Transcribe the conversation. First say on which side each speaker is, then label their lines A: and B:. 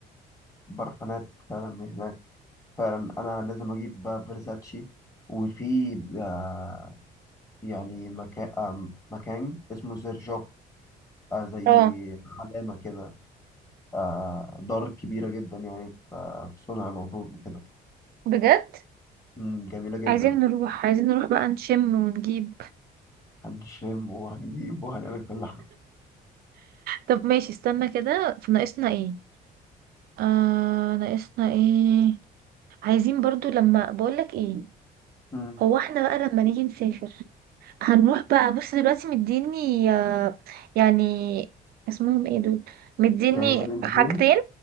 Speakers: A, on the left (about 20°); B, on the right (about 65°).
A: البرفانات فعلا من هناك فعلا انا لازم اجيب بقى فيرزاتشي وفي آه، يعني مكان آه، مكان اسمه زرجوف آه، زي
B: اه
A: علامة كده آه، دار كبيرة جدا يعني في آه، في صنع العطور وكده
B: بجد
A: مم، جميلة جدا
B: عايزين نروح عايزين نروح بقى نشم ونجيب
A: هنشم وهنجيب وهنعمل كل حاجة
B: طب ماشي استنى كده في ناقصنا ايه آه ناقصنا ايه عايزين برضو لما بقولك ايه
A: مم.
B: هو احنا بقى لما نيجي نسافر هنروح بقى بص دلوقتي مديني آه، يعني اسمهم ايه دول مديني
A: يعني مدينتين
B: حاجتين